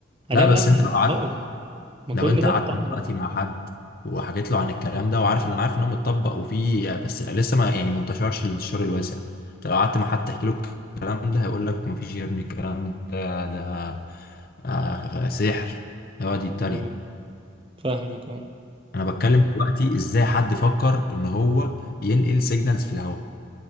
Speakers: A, on the right; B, on the left.
A: حاليا
B: لا بس
A: لا مش
B: أنت لو قعدت
A: اتطبقت ما
B: لو
A: كل
B: أنت
A: ده
B: قعدت
A: اتطبق
B: دلوقتي مع حد وحكيت له عن الكلام ده وعارف إن أنا عارف إن هو متطبق وفيه بس لسه ما يعني ما انتشرش الانتشار الواسع أنت لو قعدت مع حد تحكي له الكلام ده هيقول لك مفيش يا ابني الكلام ده ده آه سحر هيقعد يتريق
A: اه فاهمك اه
B: أنا بتكلم دلوقتي إزاي حد فكر إن هو ينقل سيجنالز في الهواء